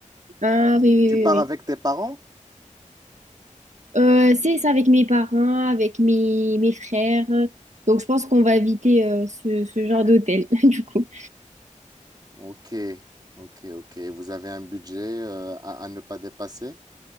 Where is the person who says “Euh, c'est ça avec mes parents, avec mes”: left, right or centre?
Right